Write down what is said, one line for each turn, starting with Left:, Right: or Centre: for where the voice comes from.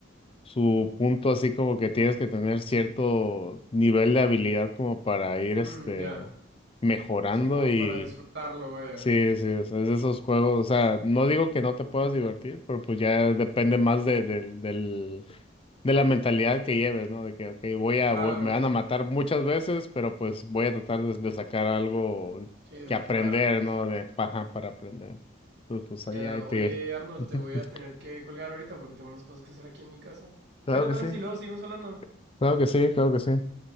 Left: su punto, así como que tienes que tener cierto nivel de habilidad como para ir,
Right: Mmm,
Left: este,
Right: ya.
Left: mejorando
Right: Sí, como
Left: y
Right: para disfrutarlo, vaya.
Left: Sí, sí, o sea, es de esos juegos, o sea, no digo que no te puedas divertir, pero pues ya depende más de, del, del- de la mentalidad que lleves, ¿no? De que, ok, voy a,
Right: Claro.
Left: voy- me van a matar muchas veces, pero pues voy a tratar de, de sacar algo
Right: Sí, de
Left: que
Right: mejorar,
Left: aprender,
Right: pues.
Left: ¿no? De paja para aprender. Pues, pues ahí,
Right: Ya,
Left: ahí te...
Right: oye, Arnold,
Left: <laughs>
Right: te voy a tener que colgar ahorita porque tengo unas cosas que hacer aquí en mi casa.
Left: Claro
Right: ¿Qué te
Left: que
Right: parece
Left: sí. <laughs>
Right: si luego seguimos hablando?
Left: Claro que sí, claro que sí.